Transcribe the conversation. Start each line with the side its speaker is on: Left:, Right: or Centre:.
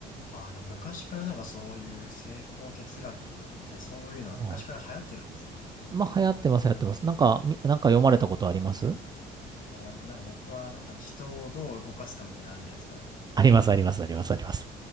Left: ああ、でも昔からなんかそういう成功哲学みたいな、そういうのは昔から流行ってるんですね。
Right: うんまあ、流行ってます、流行ってます。なんか、みなんか読まれたことあります
Left: えー、なんか僕はなんか人をどう動かすかみたいなのあるじゃないですか。
Right: あります、あります、あります、あります。